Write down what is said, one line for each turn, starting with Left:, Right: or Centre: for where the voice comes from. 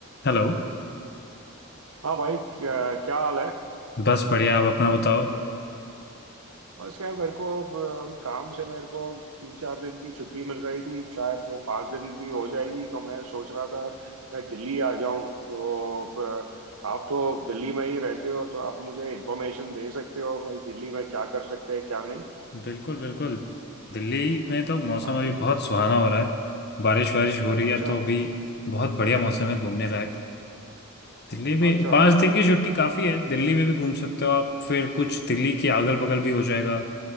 Left: Hello
Right: हाँ भाई क्या क्या हाल है
Left: बस बढ़िया आप अपना बताओ
Right: बस यार मेरे को अब अभी काम से मेरे को तीन चार दिन की छुट्टी मिल रही थी शायद पाँच दिन भी हो जाएगी तो मैं सोच रहा था मैं दिल्ली आ जाऊं तो अ, आप तो दिल्ली में ही रहते हो तो आप मुझे इन्फॉर्मेशन दे सकते हो भाई दिल्ली में क्या कर सकते हैं क्या नहीं
Left: बिल्कुल बिल्कुल दिल्ली में तो मौसम
Right: हाँ
Left: अभी बहुत सुहाना हो रहा है बारिश वारिश हो रही है
Right: अच्छा
Left: तो अभी बहुत बढ़िया मौसम है घूमने लायक दिल्ली में
Right: अच्छा
Left: पाँच दिन की छुट्टी काफ़ी है दिल्ली में भी घूम सकते हो आप फिर कुछ दिल्ली के अगल बगल भी हो जाएगा